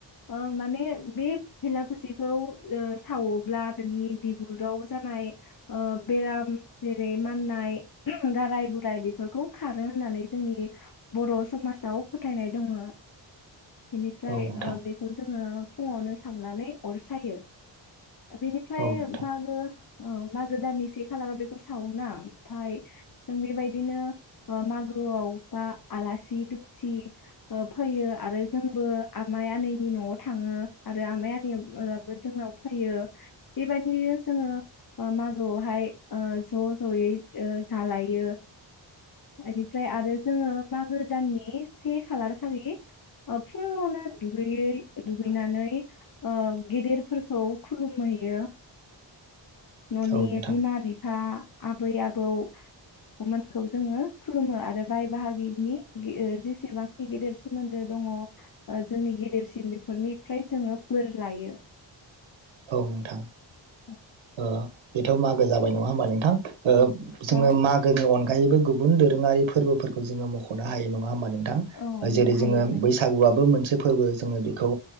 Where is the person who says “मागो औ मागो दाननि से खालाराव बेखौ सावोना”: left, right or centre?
Left